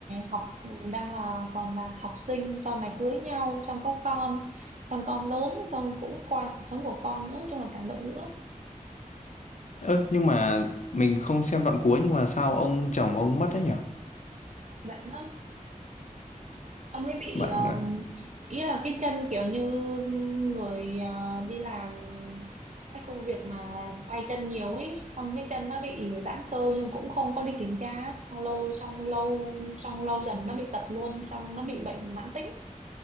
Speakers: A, on the right; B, on the left.
A: học đang là còn là học sinh sau này cưới nhau xong có con xong con lớn xong cũng coi cuộc sống của con nữa nói chung là cảm động dữ lắm
B: Ơ nhưng mà mình không xem đoạn cuối nhưng mà sao ông chồng ông mất đấy nhỉ?
A: bạn nó Ông ấy bị
B: Bạn
A: um,
B: à?
A: ý là cái chân kiểu như người ờ, đi làm cái công việc mà tay chân nhiều ấy xong cái chân nó bị giãn cơ nhưng cũng không có đi kiểm tra xong lâu xong lâu xong lâu dần nó bị tật luôn xong nó bị bệnh mãn tính